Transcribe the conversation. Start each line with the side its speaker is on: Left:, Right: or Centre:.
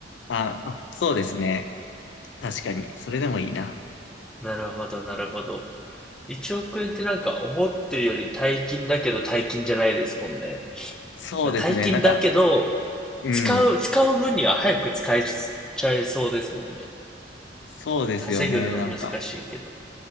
Left: あ、あそうですね。確かに、それでもいいな。
Centre: なるほど、なるほど。1億円ってなんか思ってるより大金だけど大金じゃないですもんね。
Left: そうですね、
Centre: まあ、大金だけど、
Left: なんか、うん、
Centre: 使う、使う分には早く使いちゃいそうですもんね。
Left: そうですよね、
Centre: 稼ぐの難しいけど。
Left: なんか、